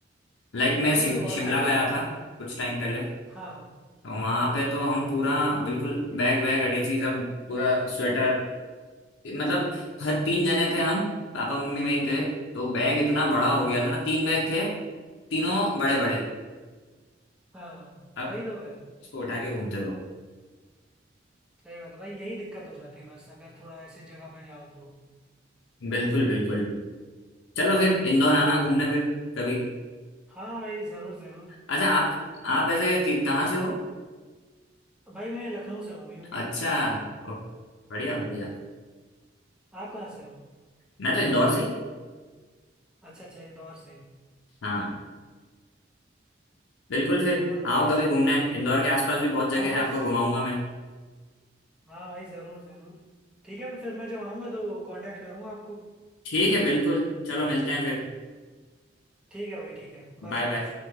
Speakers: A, on the left (about 85°); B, in the centre.
A: लाइक
B: हाँ
A: मैं
B: वही
A: सिम-
B: तो और
A: शिमला
B: भाई
A: गया था कुछ टाइम पहले
B: हाँ
A: वहां
B: हाँ हाँ
A: पे तो हम पूरा बिल्कुल बैग वैग अटैची सब पूरा स्वेटर मतलब हर तीन जने थे हम पापा मम्मी मैं ही थे तो बैग इतना बड़ा
B: हाँ
A: हो गया था ना तीन बैग थे तीनों बड़े बड़े
B: हाँ वही
A: अब
B: तो भाई
A: इसको उठा के घूमते रहो
B: सही बात है भाई यही दिक्कत हो जाती है बस अगर थोड़ा ऐसी जगह पे जाओ तो
A: बिल्कुल बिल्कुल चलो फिर इंदौर आना घूमने फिर कभी
B: हाँ भाई जरूर जरूर
A: अच्छा आप आप ऐसे कि, कहाँ से हो
B: भाई मैं लखनऊ से हूँ यूपी
A: अच्छा ओ, बढ़िया बढ़िया
B: आप कहाँ से हो
A: मैं तो इंदौर से ही
B: अच्छा अच्छा इंदौर से ही
A: हाँ बिल्कुल फिर
B: और तो
A: आओ
B: भाई
A: कभी
B: सब
A: घूमने
B: बढ़िया ही
A: इंदौर
B: है
A: के आसपास भी बहुत जगह
B: हाँ हाँ
A: है आपको
B: ज-
A: घुमाऊंगा मैं
B: हाँ भाई जरूर जरूर ठीक है फिर मैं जब आऊँगा तो कांटेक्ट करूँगा आपको
A: ठीक है बिल्कुल चलो मिलते हैं फिर
B: ठीक है भाई ठीक है बाय
A: Bye
B: बाय
A: bye